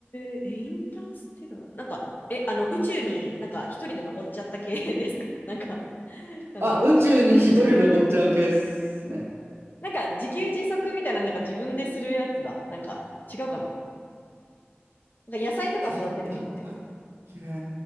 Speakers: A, on the left; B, on the right.
A: え、え、インターステラーなんか、え、あの、宇宙になんか一人で残っちゃった系 <laughs> ですかなんか、なんだろう。
B: あ、宇宙に一人残っちゃう系ですね。
A: なんか自給自足みたいな、なんか自分でするやつだ。なんか違うかななんか野菜とか育てるみたいなやつ。
B: 出たっけ